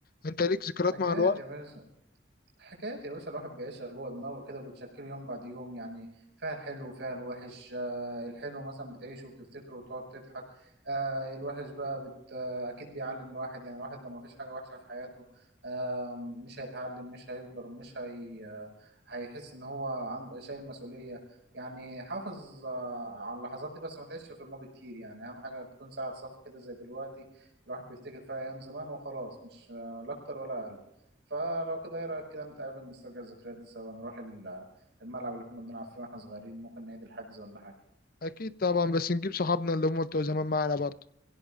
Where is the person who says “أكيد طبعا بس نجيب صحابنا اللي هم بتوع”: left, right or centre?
Left